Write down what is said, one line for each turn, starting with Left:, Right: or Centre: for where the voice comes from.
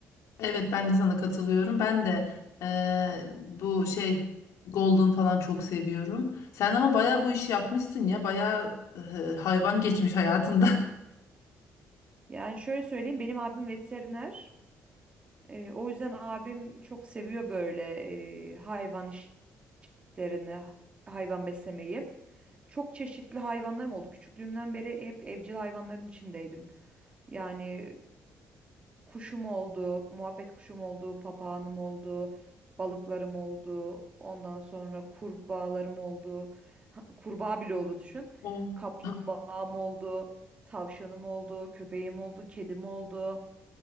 Left: Evet ben de sana katılıyorum. Ben de e, bu şey Golden falan çok seviyorum. Sen ama bayağı bu işi yapmışsın ya. Bayağı e, hayvan geçmiş hayatında.
Right: Yani şöyle söyleyeyim benim abim veteriner. Ee, o yüzden abim çok seviyor böyle e, hayvan iş- işlerini, hayvan beslemeyi. Çok çeşitli hayvanlarım oldu. Küçüklüğümden beri hep evcil hayvanların içindeydim. Yani kuşum oldu, muhabbet kuşum oldu, papağanım oldu, balıklarım oldu, ondan sonra kurbağalarım oldu. <laughs> Kurbağa bile oldu düşün.
Left: <laughs>
Right: Kaplumbağam oldu, tavşanım oldu, köpeğim oldu, kedim oldu.